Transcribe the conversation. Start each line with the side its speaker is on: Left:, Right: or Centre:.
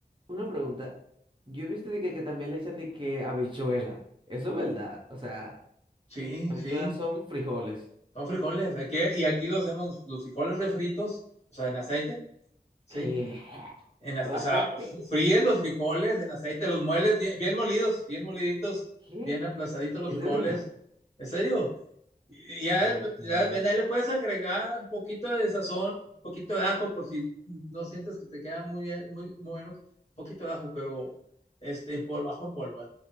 Right: Una pregunta. Yo he visto de que, que también le echan de que habichuela. Eso es verdad. O sea,
Left: Sí,
Right: habichuelas
Left: sí,
Right: son frijoles.
Left: son frijoles. Aquí, y aquí los hacemos, los frijoles refritos, o sea, en aceite, ¿sí?
Right: ¿Qué? <laughs>
Left: En, ace- o sea, f- fríes los frijoles en aceite, los mueles bien, bien molidos, bien moliditos,
Right: ¿Qué?
Left: bien aplastaditos los
Right: ¿Es
Left: frijoles.
Right: de verdad?
Left: ¿En serio? Y Ya,
Right: Dios
Left: de tu- ya
Right: mío.
Left: depende, ahí le puedes agregar un poquito de sazón, un poquito de ajo por si no sientes que te quedan muy bien, muy, muy buenos, un poquito de ajo, pero este, en polvo, ajo en polvo. ¿eh?